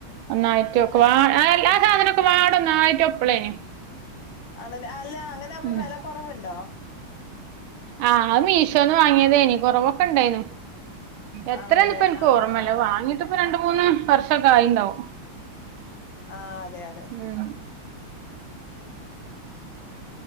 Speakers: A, on the right; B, on the left.
A: ഒന്നായിട്ട്
B: ആഹ്
A: വെക്കുവാ എല്ലാ സാധനമൊക്കെ വാട നന്നായിട്ടും എപ്പളേന്
B: അത് ലാ അല്ലാ അങ്ങനാകുമ്പോ
A: ഉം
B: വെല കെറവുണ്ടോ.
A: ആഹ്, അത് മീഷോന്ന് വാങ്ങിയതേനി. കൊറവൊക്കെ ഒണ്ടായിനു എത്രേന്ന്
B: ആണല്ലേ
A: ഇപ്പൊ എൻക്ക്
B: ആഹ്
A: ഓർമില്ലാ
B: ആഹ്
A: വാങ്ങീട്ട് ഇപ്പൊ രണ്ട്, മൂന്ന്, വർഷൊക്കെ ആയിണ്ടാവും.
B: ആഹ്, അതെ, അതെ.
A: ഉം
B: ആഹ്.